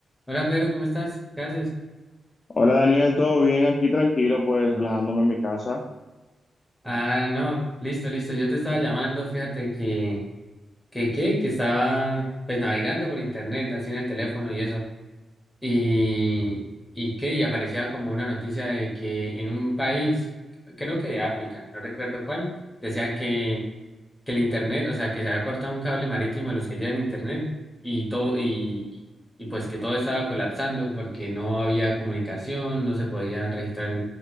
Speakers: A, in the centre; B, on the left (about 40°).
A: Hola Pedro, ¿cómo estás? ¿Qué haces?
B: Hola Daniel, ¿todo bien? Aquí tranquilo, pues relajándome en mi casa.
A: Ah, no, listo, listo. Yo te estaba llamando, fíjate que, que, que, que estaba pues navegando por internet, así en el teléfono y eso. Y, y que, y aparecía como una noticia de que en un país, creo que de África, no recuerdo cuál, decía que, que el internet, o sea, que se había cortado un cable marítimo de los que llevan internet y todo, y, y pues que todo estaba colapsando porque no había comunicación, no se podía registrar